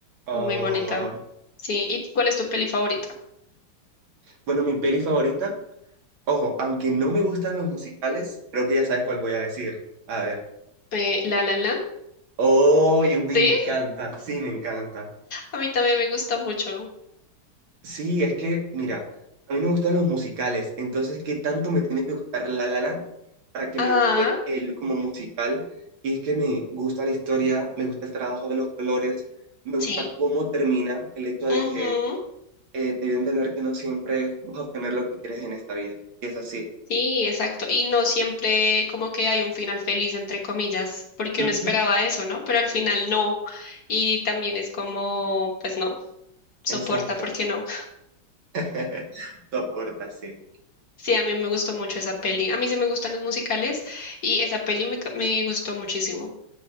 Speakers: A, on the right (about 75°); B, on the left (about 55°).
A: Oh,
B: Es muy bonita. Sí. ¿Y cuál es tu peli favorita?
A: Bueno, mi peli favorita. Ojo, aunque no me gustan los musicales, creo que ya sabes cuál voy a decir. A ver.
B: Eh, La La Land.
A: Oh, me
B: ¿Sí?
A: encanta. Sí, me encanta.
B: A mí también me gusta mucho.
A: Sí, es que, mira, a mí no me gustan los musicales. Entonces, ¿qué tanto me tiene que gustar La La Land para que
B: Ah,
A: me guste él como musical? Y es que me gusta la historia, me gusta el trabajo de los colores, me
B: sí.
A: gusta cómo termina el hecho de
B: Ujú,
A: que eh, te dio a entender que no siempre vas a obtener lo que quieres en esta vida. Y es así.
B: Sí, exacto. Y no siempre como que hay un final feliz, entre comillas, porque
A: Ujú,
B: uno esperaba eso, ¿no? Pero al final no. Y también es como, pues no, soporta,
A: Exacto.
B: ¿por qué no?
A: <laughs> Soporta, sí.
B: Sí, a mí me gustó mucho esa peli. A mí sí me gustan los musicales y esa peli me, ca- me gustó muchísimo.